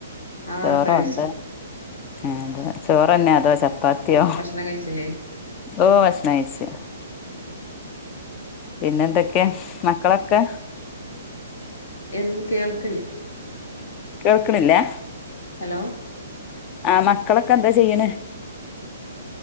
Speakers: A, on the left; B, on the left.
A: ആഹ്
B: ചോറോ
A: കഴിച്ചു
B: എന്താ. ആഹ് അതെ ചോറന്നെ അതോ ചപ്പാത്തിയോ
A: ഭക്ഷണം കഴിച്ചില്ലേ
B: ഓഹ്. ഭഷണം കഴച്ച്. പിന്നെ എന്തൊക്കെ മക്കളൊക്കെ.
A: എന്ത് കേൾക്കിണില്ല.
B: കേൾക്ക്ണ് ല്ലെ
A: ഹലോ
B: ആഹ് മക്കളൊക്കെ എന്താ ചെയ്യ്ണ്